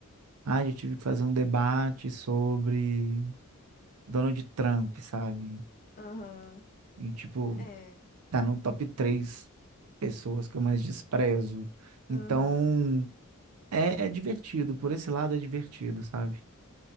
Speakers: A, on the right; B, on the left.
A: ah, já tive que fazer um debate sobre Donald Trump, sabe?
B: aham,
A: E, tipo,
B: é,
A: tá no top três pessoas que eu mais desprezo. Então,
B: aham.
A: é, é divertido, por esse lado é divertido, sabe?